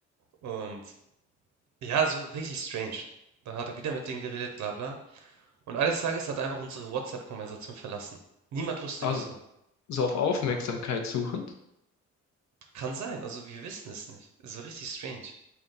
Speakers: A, on the right (about 70°); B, on the left (about 65°).
A: Und ja, so richtig strange. Da hat er wieder mit denen geredet, bla bla. Und eines Tages hat er einfach unsere WhatsApp-Konversation verlassen. Niemand wusste
B: Also,
A: wieso.
B: so auf Aufmerksamkeit suchend?
A: Kann sein, also wir wissen es nicht. Es war richtig strange.